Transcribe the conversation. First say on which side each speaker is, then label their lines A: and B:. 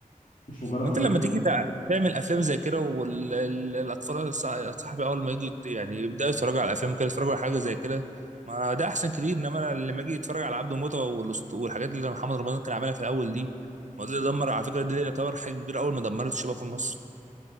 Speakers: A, on the left; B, on the right.
A: مش مجرد
B: ما
A: فيلم
B: انت لما تيجي تع- تعمل افلام زي كده والاطفال صاحبي اول ما يجي يت- يعني يبداوا يتفرجوا على الافلام كده يتفرجوا على حاجه زي كده ما ده احسن كتير انما أنا لما اجي يتفرج على عبده موته والأسط- والحاجات اللي محمد رمضان كان عاملها في الاول دي ما ده
A: مم.
B: دمر على فكره دي يعتبر حاجه كبيره اول ما دمرت الشباب في مصر